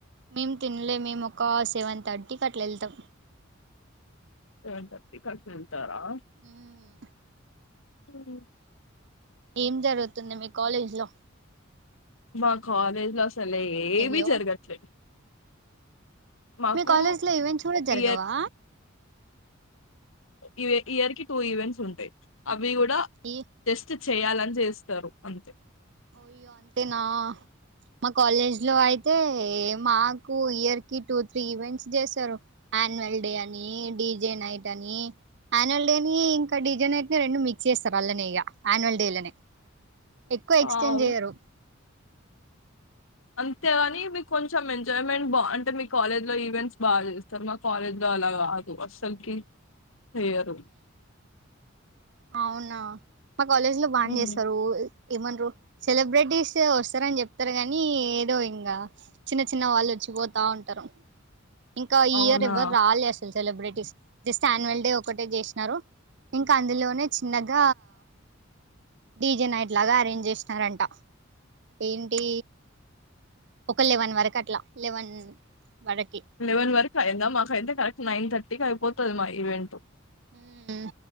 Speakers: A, on the right (about 60°); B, on the left (about 80°).
A: మేము తినలె మేము ఒక సెవెన్ థర్టీకి అట్ల వెళ్తాం
B: సెవెన్ థర్టీ కసినం తారా
A: మ్మ్.
B: మ్మ్
A: ఏం జరుగుతుంది మీ కాలేజ్ లొ
B: మా కాలెజ్లో అస్ లేమి
A: లో
B: జరగట్లే మాకు
A: మీ కాలేజ్ లో ఈవెంట్స్ కూడ జరగవా
B: ఇయర్ ఈ ఇయర్ కి టూ ఈవెంట్స్ ఉంటాయి అవ్ అవి కూడ
A: ఈ
B: టెస్ట్ చేయాలని చేస్తారు అంతె
A: అయ్యో అంతేనా మా కాలేజ్ లొ అయిత్ అయితే మాకు ఇయర్ కి టూ త్రీ ఈవెంట్స్ చేస్తారు ఆన్యువల్ డే అని డీజే నైట్ అని యాన్యువల్ డేని ఇంకా డీజే నైట్ ని రెండు మిక్స్ చేస్తారు అట్లనే ఇగ ఆన్యువల్ డేలనె ఎక్కువ
B: వావ్
A: ఎక్స్టెండ్ చెయ్యరు
B: అంతేగాని మీకు కొంచెం కొంచెం ఎంజాయ్మెంట్ బా అంటె మీ కాలేజ్ లో ఈవెంట్స్ బాగా చేస్తారు మా కాలేజ్ లొ అలా కాదు అసలకి చేయరు
A: అవునా మా కాలేజ్ లో బానె
B: హ్మ్.
A: చేస్తారు ఏమనరో సెలబ్రిటీస్ వస్తారని చెప్తారు గాని ఏదో ఇంక చిన్న చిన్న వాళ్ళు వచ్చిపోతా ఉంటారు ఇంకా ఈ
B: అవునా
A: ఇయర్ ఎవ్వరు రాలె అసలు సెలబ్రిటీస్ జస్ట్ యాన్యువల్ డే ఒకటె చేసినారు ఇంకా అందులోనె చిన్నగ డీజే నైట్ లాగా అరేంజ్ చేసినారంట ఏంటి ఒక లెవెన్ వరకు అట్ల లెవెన్ వరకి
B: లెవెన్ వరకు అయింద మాకైతె కరెక్ట్ నైన్ థర్టీ కి అయిపోతుంది మా ఈవెంట్
A: మ్మ్